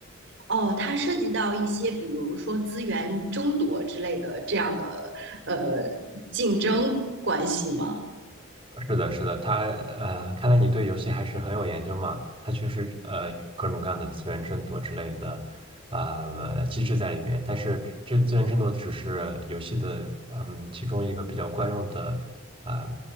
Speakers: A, on the right; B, on the right.
A: 哦，它涉及到一些，比如说资源争夺之类的这样的呃竞争关系吗？
B: 是的，是的，他呃，看来你对游戏还是很有研究嘛。它确实呃有各种各样的资源争夺之类的呃机制在里面，但是这资源争夺只是游戏的嗯其中一个比较惯用的啊、